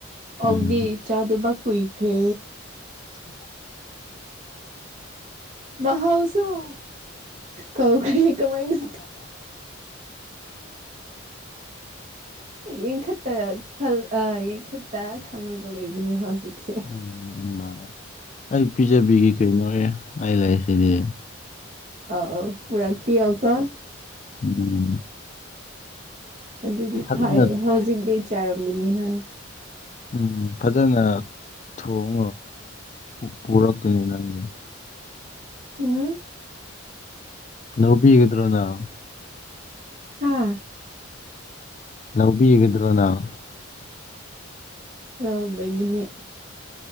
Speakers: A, on the right; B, on the left.
A: ꯑꯣꯛꯗꯤ
B: ꯎꯝ
A: ꯆꯥꯗꯕ ꯀꯨꯏꯈ꯭ꯔꯦ ꯃꯍꯥꯎꯁꯨꯨ ꯀꯧꯈ꯭ꯔꯦ ꯀꯃꯥꯏꯅ ꯌꯦꯡꯈꯠꯇ ꯑ ꯌꯦꯡꯈꯠꯇ ꯈꯪꯂꯉꯒ ꯂꯩꯕꯅꯦ ꯍꯧꯖꯤꯛꯁꯦ
B: ꯎꯝ ꯎ ꯃꯥ ꯑꯩ ꯄꯤꯖꯕꯤꯒꯤ ꯀꯩꯅꯣꯍꯦ ꯑꯩ ꯂꯩꯁꯤꯗꯤ
A: ꯑ ꯄꯨꯔꯥꯛꯄꯤꯑꯣ ꯀꯣ
B: ꯎꯝ
A: ꯑꯗꯨꯗꯤ
B: ꯐꯖꯅ
A: ꯐꯔꯦ ꯍꯧꯖꯤꯛꯇꯤ ꯆꯥꯔꯝꯒꯅꯤꯍ
B: ꯎꯝ ꯐꯖꯅ ꯊꯣꯡ ꯄꯨꯔꯛꯇꯣꯏꯅꯦ ꯅꯪꯗꯤ
A: ꯎꯝ
B: ꯂꯧꯕꯤꯒꯗ꯭ꯔ ꯅꯪ
A: ꯍꯥꯥ
B: ꯂꯧꯕꯤꯒꯗ꯭ꯔꯣꯅꯪ
A: ꯂꯧꯕꯤꯒꯅꯤ